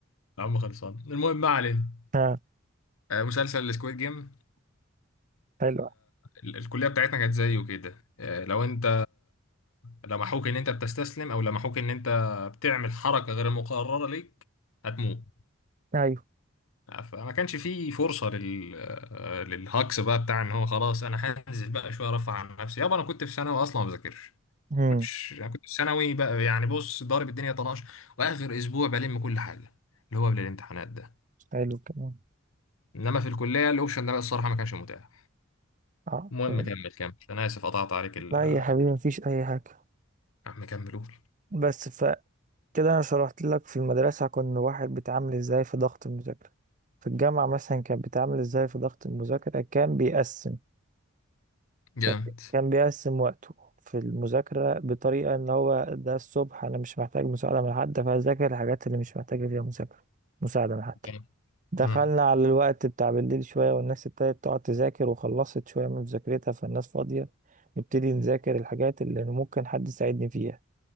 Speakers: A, on the left; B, on the right.
A: يا عم خلصان المهم ما علينا
B: ها
A: آه، مسلسل سكويد جيم
B: حلو
A: الكلية بتاعتنا كانت زيه كده آه، لو انت آه، لمحوك ان انت بتستسلم او لمحوك ان انت بتعمل حركة غير مقررة ليك هتموت
B: أيوه
A: فما كانش فيه فرصة لل... آه، للهاكس بقى بتاع ان هو خلاص انا هنزل بقى شوية ارفع عن نفسي يابا انا كنت في ثانوي اصلا ما بذاكرش
B: مم.
A: كنتش انا كنت في ثانوي بقى يعني بص ضارب الدنيا طناش واخر اسبوع بلم كل حاجة اللي هو قبل الامتحانات ده
B: حلو كمان
A: انما في الكلية الاوبشن ده بقى الصراحة ما كانش متاح
B: أه
A: المهم
B: طيب.
A: كمل كمل انا اسف قطعت عليك ال
B: لا يا حبيبي مفيش أي حاجة
A: يا عم كمل قول
B: بس فكده أنا شرحت لك في المدرسة كنا واحد بيتعامل إزاي في ضغط المذاكرة في الجامعة مثلا كان بيتعامل إزاي في ضغط المذاكرة كان بيقسم
A: جامد
B: كان كان بيقسم وقته في المذاكرة بطريقة إن هو ده الصبح أنا مش محتاج مساعدة من حد فأذاكر الحاجات اللي مش محتاجة فيها مذاكرة مساعدة من حد
A: جامد
B: دخلنا
A: مم.
B: على الوقت بتاع بالليل شوية والناس ابتدت تقعد تذاكر وخلصت شوية من مذاكرتها فالناس فاضية نبتدي نذاكر الحاجات اللي ممكن حد يساعدني فيها